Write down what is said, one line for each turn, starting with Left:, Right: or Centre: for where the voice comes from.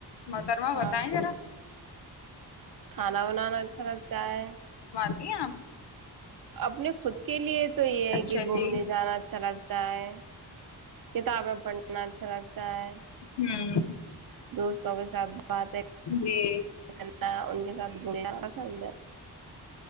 Left: محترمہ
Right: ہاں
Left: بتائیں ذرا
Right: کھانا بنانا اچھا لگتا ہے
Left: <inaudible> ‌آپ
Right: اپنے خود کے لیے تو یہ ہے
Left: اچھا
Right: کہ گھومنے
Left: جی
Right: جانا اچھا لگتا ہے کتابیں پڑھنا اچھا لگتا ہے
Left: ہوں
Right: دوستوں کے ساتھ بات ہے
Left: جی
Right: کرنا ان کے ساتھ گھومنا پسند ہے